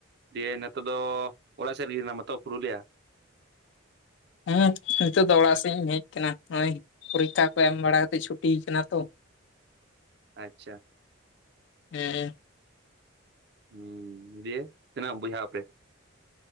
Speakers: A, on the right; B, on the left.
A: ᱫᱤᱭᱮ ᱱᱤᱛᱚᱜ ᱫᱚ ᱚᱲᱟᱜ ᱥᱮᱫ ᱨᱮ ᱜᱮ ᱢᱤᱱᱟᱢᱟᱛᱚ ᱯᱩᱨᱩᱞᱤᱭᱟ?
B: ᱦᱮᱸ ᱱᱤᱛᱚᱜ ᱫᱚ ᱚᱲᱟᱜ ᱥᱮᱫ ᱤᱧ ᱦᱮᱡ ᱟᱠᱟᱱᱟ ᱱᱚᱜ ᱚᱭ ᱯᱚᱨᱤᱠᱷᱟ ᱠᱚ ᱮᱢ ᱵᱟᱲᱟ ᱠᱟᱛᱮᱜ ᱪᱷᱩᱴᱤ ᱠᱟᱱᱟ ᱛᱚ ᱾
A: ᱟᱪᱪᱷᱟ ᱾
B: ᱦᱮᱸ᱾
A: ᱦᱩᱸ ᱫᱤᱭᱮ ᱛᱤᱱᱟᱹᱜ ᱵᱚᱭᱦᱟ ᱟᱯᱮ?